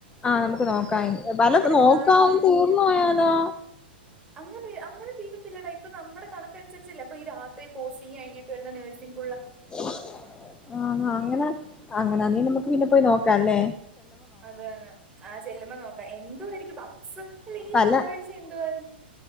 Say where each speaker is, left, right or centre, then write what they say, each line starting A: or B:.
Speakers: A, on the left (about 15°); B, on the right (about 15°).
A: ആ നമുക്ക് നോക്കാം എൻ അല്ല
B: അവിടെ
A: നോക്കാം
B: കാണുമായിരിക്കും
A: തീർന്ന് പോയാലോ
B: അങ്ങനെ അങ്ങനെ തീരത്തില്ലടാ ഇപ്പ നമ്മുടെ കണക്കനുസരിച്ചല്ലെ ഇപ്പൊ ഈ രാത്രി പോസ്റ്റിങ്ങ് കഴിഞ്ഞിട്ട് വരുന്ന നേഴ്സിങ്ങ്
A: <unintelligible> അങ്ങനെ അ <unintelligible> മീൻ നമുക്ക് പിന്നെ പോയി നോക്കാല്ലേ
B: അതാണ് ആഹ് ചെല്ലുമ്പോ നോക്കാം എന്തുവാരി <unintelligible> അല്ല ഈ
A: പല
B: ചൊവ്വാഴിച്ച എന്തുവാരു